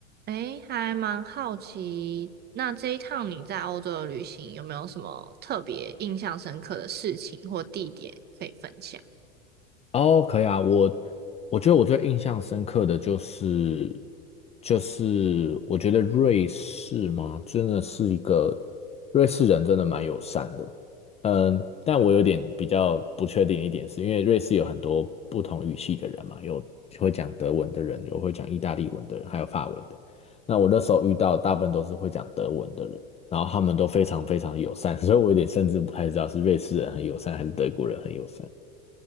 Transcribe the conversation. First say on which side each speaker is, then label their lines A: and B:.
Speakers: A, on the right (about 30°); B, on the left (about 20°).
A: 诶，还蛮好奇，那这一趟你在欧洲的旅行有没有什么特别印象深刻的事情或地点可以分享？
B: 哦，可以啊，我我觉得我最印象深刻的就是就是我觉得瑞士嘛，真的是一个瑞士人真的蛮友善的，嗯，但我有点比较不确定一点是，因为瑞士有很多不同语系的人嘛，有会讲德文的人，有会讲意大利文的人，还有法文的。那我那时候遇到大部分都是会讲德文的人，然后他们都非常非常友善，<laughs> 所以我有点甚至不太知道是瑞士人很友善还是德国人很友善。